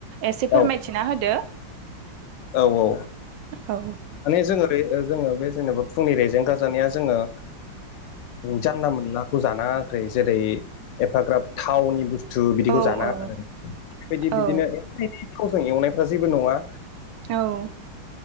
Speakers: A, on the right; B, on the left.
A: एसे फोरमायथिना
B: औ
A: होदो।
B: औ औ।
A: औ।
B: माने जोङो जोङो बे जेनेबा फुंनि रेजेंगा जानाया जोङो जानला मोनलाखौ जानाङाखै जेरै एफाग्राब थावनि बुस थु बिदिखौ
A: औ
B: जानाङा
A: औ
B: आरो बेबायदि
A: औ
B: बिदिनो एफा एनै थावजों एवनायफ्रा जेबो नङा।
A: औ।